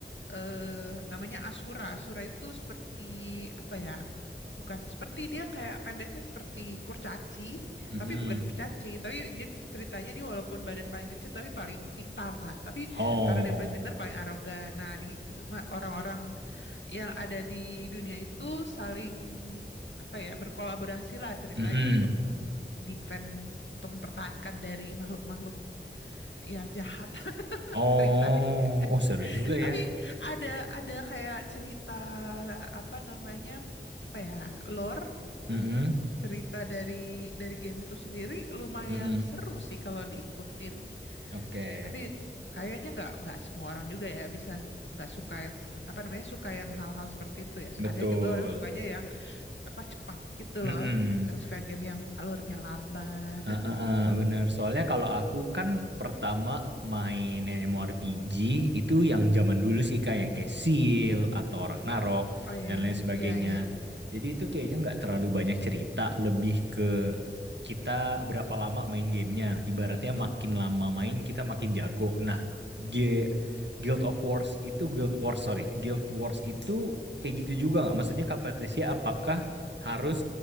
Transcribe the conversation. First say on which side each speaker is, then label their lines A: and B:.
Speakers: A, on the left; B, on the right.
A: eh namanya Asura. Asura itu seperti apa ya? Bukan seperti dia kayak pendeknya seperti kurcaci,
B: Mm-mm.
A: tapi bukan kurcaci. Tapi jadi ceritanya dia walaupun badan paling kecil tapi paling pintar lah. Tapi
B: Oh.
A: karena dia paling pintar paling arogan. Nah, di ma- orang-orang yang ada di dunia itu saling apa ya berkolaborasi lah ceritanya
B: Mm-mm.
A: untuk mendefend untuk mempertahankan dari makhluk-makhluk yang jahat <laughs>
B: Oh.
A: ceritanya.
B: Oh, seru juga
A: Tapi
B: ya.
A: ada ada kayak cerita apa namanya? apa ya lore
B: Mm-mm.
A: cerita dari dari game itu sendiri lumayan
B: Mm-mm.
A: seru sih kalau diikutin.
B: Oke.
A: Tapi kayaknya nggak nggak semua orang juga ya bisa nik- nggak suka yang apa namanya suka yang hal-hal seperti itu ya.
B: Betul.
A: Ada juga orang sukanya yang apa cepat gitu
B: Mm-mm.
A: loh. Nggak suka game yang alurnya lambat.
B: Heeh,
A: <laughs>
B: bener. Soalnya kalau aku kan pertama main MMORPG itu yang zaman dulu sih kayak yang kayak Seal atau Ragnarok
A: Oh ya,
B: dan lain sebagainya.
A: ya ya.
B: Jadi itu kayaknya nggak terlalu banyak cerita, lebih ke kita berapa lama main gamenya. Ibaratnya makin lama main kita makin jago. Nah, G- Guild of Wars itu Guild Wars sorry, Guild Wars itu kayak gitu juga nggak? Maksudnya Kak Patricia apakah harus